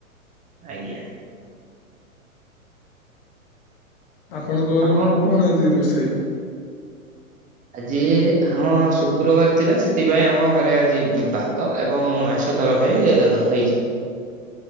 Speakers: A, on the right (about 20°); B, on the left (about 40°).
A: ଆଜ୍ଞା।
B: ଆପଣଙ୍କ ଘରେ
A: ଆପଣ
B: ବନ୍ଧୁ କଣ ଆଜି ରୋଷେଇ?
A: ଆଜି ଆମ ଶୁକ୍ରବାର ଥିଲା ସେଥିପାଇଁ ଆମ ଘରେ ଆଜି ଭାତ ଏବଂ ଛ ତରକାରୀ ର ହେଇଚି।